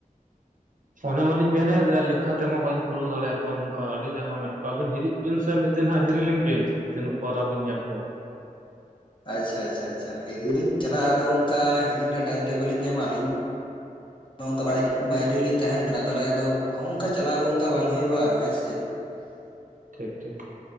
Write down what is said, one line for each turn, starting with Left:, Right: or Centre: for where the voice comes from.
Right: ᱚᱱᱮ ᱢᱟᱞᱤᱧ ᱢᱮᱱᱮᱫ ᱞᱮᱠᱷᱟ ᱛᱮᱢᱟ ᱵᱟᱹᱧ ᱯᱩᱨᱟᱹᱣ ᱫᱟᱲᱮᱭᱟᱠᱚᱣᱟ ᱱᱚᱝᱠᱟ ᱟᱹᱰᱤ ᱟᱭᱢᱟ ᱢᱮᱱᱟᱜ ᱠᱚᱣᱟ ᱟᱵᱤᱱ ᱦᱤᱡᱩᱜ ᱵᱤᱱ ᱥᱮ ᱢᱤᱫ ᱫᱤᱱ ᱦᱟᱸᱜ ᱦᱤᱨᱤ ᱞᱤᱧ ᱵᱤᱱ ᱛᱤᱱᱟᱹᱜ ᱯᱟᱣᱨᱟ ᱵᱤᱱ ᱧᱮᱞ ᱠᱚᱣᱟ
Left: ᱟᱪᱪᱷᱟ ᱟᱪᱪᱷᱟ ᱟᱪᱪᱷᱟ ᱦᱤᱨᱤ ᱫᱚᱞᱤᱧ ᱪᱟᱞᱟᱜᱼᱟ ᱟᱫᱚ ᱚᱱᱠᱟ ᱦᱤᱨᱤ ᱨᱮᱱᱟᱜ ᱴᱟᱭᱤᱢ ᱜᱮ ᱵᱟᱹᱞᱤᱧ ᱧᱟᱢᱟ ᱟᱹᱞᱤᱧ ᱚᱝᱠᱟ ᱵᱟᱭᱨᱤ ᱵᱟᱭᱨᱮ ᱞᱤᱧ ᱛᱟᱦᱮᱱ ᱠᱟᱱᱟ ᱛᱟᱦᱚᱞᱮ ᱟᱫᱚ ᱚᱱᱠᱟ ᱪᱟᱞᱟᱣ ᱠᱚ ᱚᱱᱠᱟ ᱵᱟᱝ ᱦᱩᱭᱩᱜᱼᱟ ᱦᱮᱸ ᱥᱮ ᱪᱮᱫ <unintelligible>
Right: ᱴᱷᱤᱠ ᱴᱷᱤᱠ